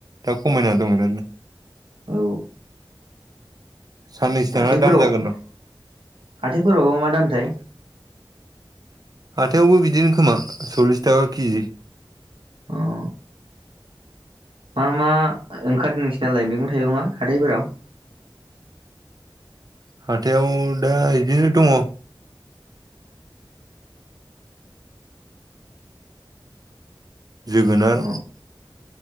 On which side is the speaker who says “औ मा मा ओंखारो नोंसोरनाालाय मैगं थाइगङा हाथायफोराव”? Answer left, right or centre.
Right